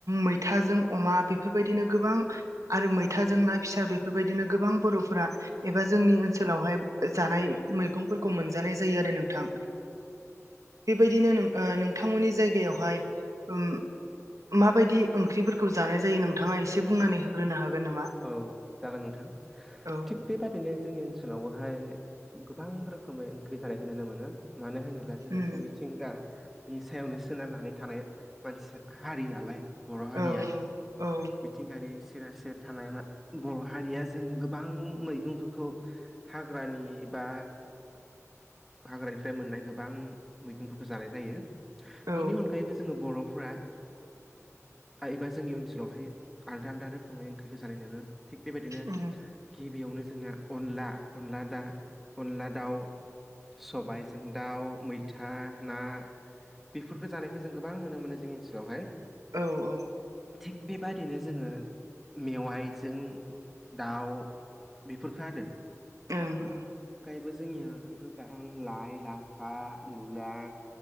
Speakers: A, on the right (about 80°); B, in the centre.
A: मैथाजों अमा बेफोरबायदिनो गोबां आरो मैथाजों ना फिसा बेफोर बेबायदिनो गोबां बर'फोरा एबा जोंनि ओन सोलावहाय जानाय मैगंफोरखौ मोनजानाय जायो आरो नोंथां बेबायदिनो ओ नोंथांमोननि जायगायावहाय ओम माबायदि ओंख्रिफोरखौ जानाय जायो नोंथाङा एसे बुंनानै होग्रोनो हागोन नामा?
B: औ जागोन नोंथां
A: औ
B: थिग बेबादिनो जोंनि ओनसोलावबोहाय गोबां रोखोमै ओंख्रि जानायखौ नुनो मोनो मानो होनोब्ला जोङोथ'
A: उम
B: मिथिंगा नि सायावनो सोनारनानै थानाय मानसि हारि नालाय बर' हारिया
A: औ औ
B: मिथिंगायारि थानाय बर' हारिया जों गोबां मैगंफोरखौ हाग्रानि एबा हाग्रानिफ्राय मोननाय गोबां मैगंफोरखौ जानाय जायो
A: औ
B: बिनि अनगायैबो जोङो बर' फोरा एबा जोंनि ओनसोलावहाय आलदा आलदा रोखोमै ओंख्रिखौ जानाय नुनो थिग बेबायदिनो
A: उम
B: गि बेयावनो जोंहा अनला अनला दा अनला दाउ सबायजों दाउ मैथा ना बेफोरखौ जानायखौ जों गोबां नुनो मोनो जोंनि ओनसोलावहाय
A: औ औ
B: थिग बेबादिनो जोङो मेवाइजों दाउ बेफोरखौ आरो
A: ओं ओं
B: बो जोंनिया गोबां लाइ लाफा मुला